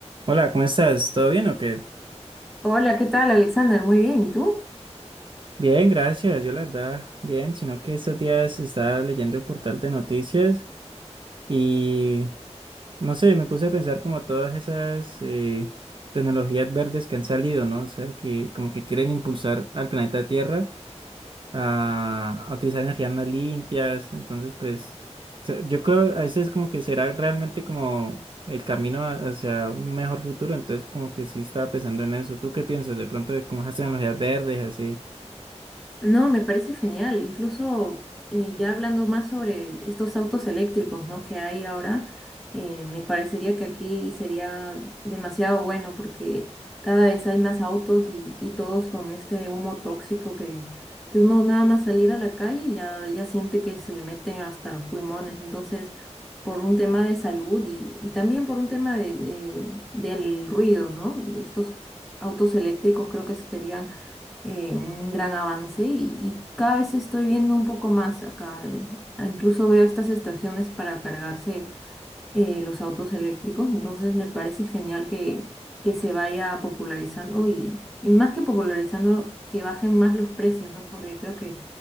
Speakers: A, on the right; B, in the centre.
A: Hola, ¿cómo estás? ¿Todo bien o qué?
B: Hola, ¿qué tal, Alexander? Muy bien, ¿y tú?
A: Bien, gracias. Yo la verdad, bien, sino que estos días estaba leyendo el portal de noticias y no sé, me puse a pensar como todas esas eh, tecnologías verdes que han salido, ¿no? O sea, que como que quieren impulsar al planeta Tierra a, a utilizar energías más limpias. Entonces, pues, se- yo creo a veces como que será realmente como el camino a- hacia un mejor futuro. Entonces, como que sí estaba pensando en eso. ¿Tú qué piensas de pronto de cómo esas tecnologías verdes y así?
B: No, me parece genial. Incluso eh, ya hablando más sobre estos autos eléctricos, ¿no? que hay ahora, eh, me parecería que aquí sería demasiado bueno porque cada vez hay más autos y, y todos con este humo tóxico que, que uno nada más salir a la calle y ya, ya siente que se le meten hasta los pulmones. Entonces, por un tema de salud y, y también por un tema de, de- del ruido, ¿no? Estos autos eléctricos creo que serían eh, un gran avance y, y cada vez estoy viendo un poco más acá. eh, ah, Incluso veo estas estaciones para cargarse eh, los autos eléctricos, entonces me parece genial que, que se vaya popularizando y, y más que popularizando, que bajen más los precios, ¿no? Porque creo que